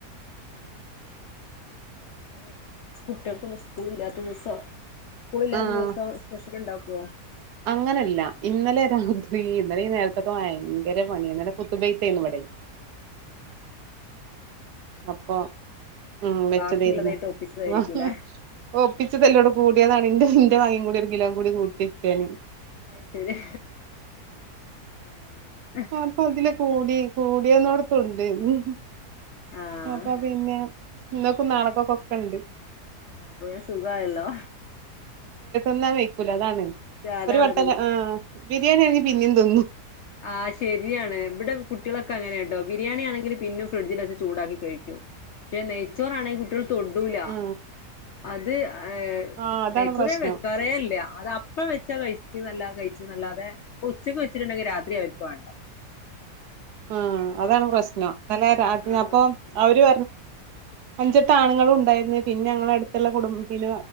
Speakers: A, on the left (about 65°); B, on the right (about 80°).
A: ആ <unintelligible> കുട്ടികൾക്ക് ഇന്ന് സ്കൂൾ ഇല്ലാത്ത ദിവസം ട്ട് സ്കൂളില്ലാത്ത
B: ആഹ്
A: ദിവസം സ്പഷ്യ ല് ണ്ടാക്കുവോ
B: അങ്ങനല്ല ഇന്നലെ രാത്രി ഇന്നലെ നേരത്തൊക്കെ ഭയങ്കര പണിയന്നടെ ഖുത്തൂബെയ്ത്താര്ന്ന് ഇബടെ
A: ആഹ്
B: അപ്പൊ ഉം വെച്ചതാര്ന്ന്
A: ബാക്കിയുള്ളതായിട്ട് ഒപ്പിച്ചതായിരിക്കൂല്ലേ
B: വാഹ് ഒപ്പിച്ചതല്ലോടെ കൂടിയതാണ് എന്റെ ന്റ് വായ് കൂടി ഒരു കിലോ കൂടി കൂട്ടിക്കാണ്
A: അത് ശരി ആഹ് അങ്ങനെ
B: അപ്പൊ അതില കോടി കോ <unintelligible>
A: ആഹ്
B: അപ്പൊ പിന്നെ <unintelligible> കോകക്ക് ഇണ്ട്
A: ആ പോയി സുഖായല്ലോ
B: ന്നാ വെക്കൂല അതാണ്
A: അതാണ്
B: ഒരു വട്ടന ആ ബിരിയാണി ആണേ പിന്നെയും തിന്നു
A: ആ ശരിയാണ് ഇവിടെ കൂ കുട്ടികളക്കെങ്ങനെണ്ടോ ബിരിയാണി ആണേങ്കിൽ പിന്നും ഫ്രഡ്ജിനെച്ച് ചൂടാക്കി കഴിക്കും പക്ഷെ നെയ്ച്ചോറാണെങ്കിൽ കുട്ടികൾ തൊടൂല
B: ആ
A: അത് ഏഹ്
B: ആ അതാണ്
A: നെയ് ചോറ്
B: പ്രശ്നം
A: വെക്കാറേല്ല അത് അപ്പ വെച്ചാ കഴികും <unintelligible> അല്ലാതെ ഉച്ചക്ക് വച്ചിണ്ടെങ്കിൽ രാത് <unintelligible> വേണ്ട
B: ആഹ് അതാണ് പ്രശ്നം ഇന്നലെ രാത്രി
A: ആഹ്
B: അപ്പൊ അവര് അഞ്ചെട്ട് ആണുങ്ങളും ഉണ്ടായിരുന്നു പിന്നെ ഞങ്ങള അടുത്തുള്ള കുടുംബം പിന്നെ